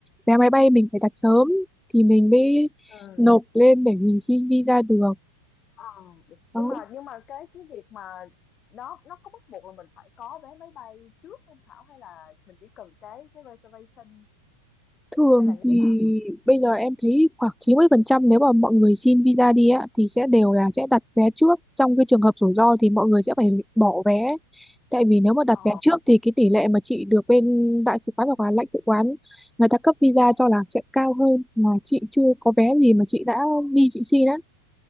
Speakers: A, in the centre; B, on the left.
A: vé máy bay mình phải đặt sớm thì mình mới
B: Ừ.
A: nộp lên để mình xin visa được
B: Ờ, được. Nhưng
A: đó
B: mà nhưng mà cái cái việc mà nó nó có bắt buộc là mình phải có vé máy bay trước không Thảo hay là mình chỉ cần cái cái reservation
A: thường
B: hay là như
A: thì
B: thế nào thôi?
A: bây giờ em thấy khoảng 90% nếu mà mọi người xin visa đi á thì sẽ đều là sẽ đặt vé trước trong cái trường hợp rủi ro thì mọi người sẽ phải bỏ vé tại vì nếu mà đặt
B: Ờ.
A: vé trước thì cái tỷ lệ mà chị được bên đại sứ quán hoặc là lãnh sự quán người ta cấp visa cho là sẽ cao hơn mà chị chưa có vé gì mà chị đã
B: có-
A: đi chị xin á